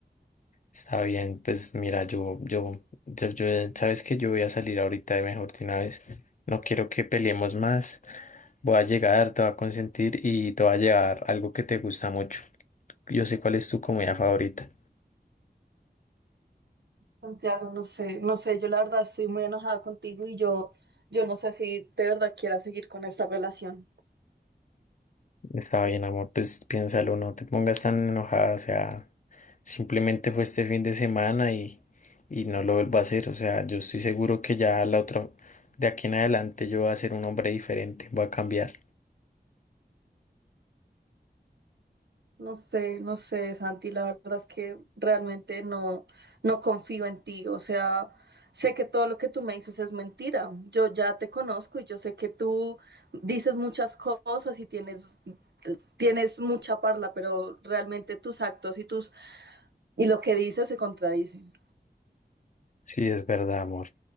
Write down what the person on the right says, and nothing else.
Santiago, no sé, no sé, yo la verdad estoy muy enojada contigo y yo, yo no sé si de verdad quiera seguir con esta relación.
No sé, no sé, Santi, la verdad es que realmente no, no confío en ti. O sea, sé que todo lo que tú me dices es mentira. Yo ya te conozco y yo sé que tú dices muchas cosas y tienes, tienes mucha parla, pero realmente tus actos y tus y lo que dices se contradicen.